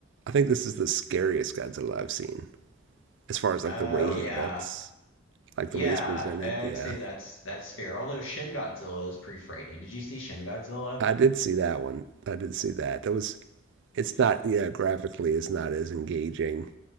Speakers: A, on the right; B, on the left.
A: I think this is the scariest Godzilla I've seen, as far as like
B: Uh,
A: the way
B: oh
A: he
B: yeah.
A: looks. like
B: Yeah,
A: the way it's presented.
B: I'd
A: Yeah,
B: say that's that's fair. Although Shin Godzilla is pretty frightening. Did you see Shin Godzilla?
A: I did see that one. I did see that. That was. It's not. Yeah, graphically, it's not as engaging.